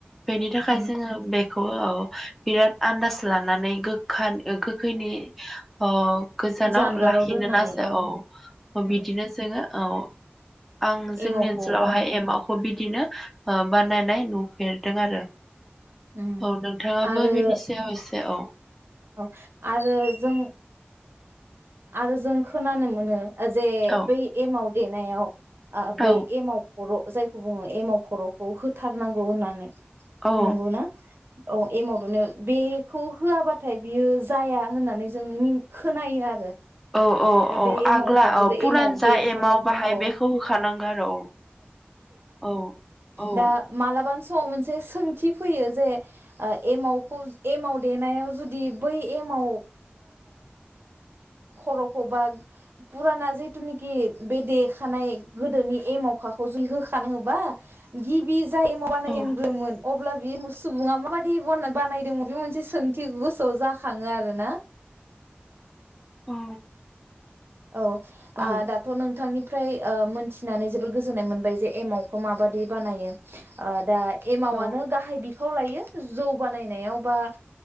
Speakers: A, in the centre; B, on the right.
A: बेनि थाखाय
B: उम
A: जोङो बेखौ औ बिराद आन्दाज लानानै गोखा ओ गोखैनि ओ गोजानाव
B: जानगाराव
A: लाखिनो
B: दोननानै
A: नाजा
B: औ
A: औ
B: औ
A: बिदिनो जोङो औ आं जोंनि
B: एमावखौ
A: ओनसोलावहाय
B: औ
A: एमावखौ बि दिनो बानायनाय नुफेरदों आरो
B: उम
A: औ नोंथाङाबो
B: आरो
A: बेनि सायाव एसे औ
B: औ आरो जों आरो जों खोनानो मोनो जे
A: औ
B: बै एमाव देनायाव ओ
A: औ
B: बै एमाव खर' जायखौ बुङो एमाव खर'खौ होथारनांगौ होननानै
A: औ
B: नंगौना औ एमाव देनायाव बेखौ होआबा थाय बियो जाया होननानै जों मि खोनायो आरो
A: औ औ
B: दा बे
A: औ
B: एमाव
A: आग्ला
B: खर'जों
A: औ पुरान
B: एमाव
A: जा
B: देखानायखौ
A: एमाव बाहाय
B: औ
A: बेखौ होखानांगौ आरो औ औ औ
B: दा मालाबानि समाव मोनसे सोंथि फैयो जे ओ एमावखौ एमाव देनायाव जुदि बै एमाव ओ खर'खौ बा फुराना जिथुनिखि बे देखानाय गोदोनि एमावखाखौ जुदि होखानोबा गिबि जाय एमाव बानाजेनग्रोयोमोन
A: औ
B: अ अब्ला बे सुबुङा माबादि बानायदोंमोन बे मोनसे सोंथि गोसोआव जाखाङो आरोना
A: औ
B: औ
A: औ
B: दाथ' नोंथांनि ओमफ्राय मोनथिनानै जोबोद गोजोननाय मोनबाय जे एमावखौ माबादि बानायो दा एमावनो
A: औ
B: गाहाय बिफाव खौ लायो जौ बानायनायाव बा